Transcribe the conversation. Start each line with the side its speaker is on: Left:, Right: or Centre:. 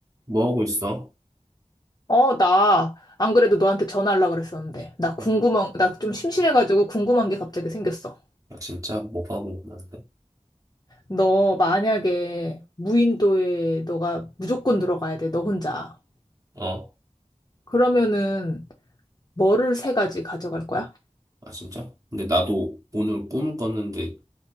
Right: 뭐 하고 있어?
Left: 어, 나, 안 그래도 너한테 전화하려고 그랬었는데. 나 궁금한,
Right: 아, 진-
Left: 나 좀 심심해가지고 궁금한 게 갑자기 생겼어.
Right: 아, 진짜? 뭐 하고 있는데?
Left: 너 만약에 무인도에 너가 무조건 들어가야 돼, 너 혼자.
Right: 어?
Left: 그러면은 뭐를 세 가지 가져갈 거야?
Right: 아, 진짜? 근데 나도 오늘 꿈을 꿨는데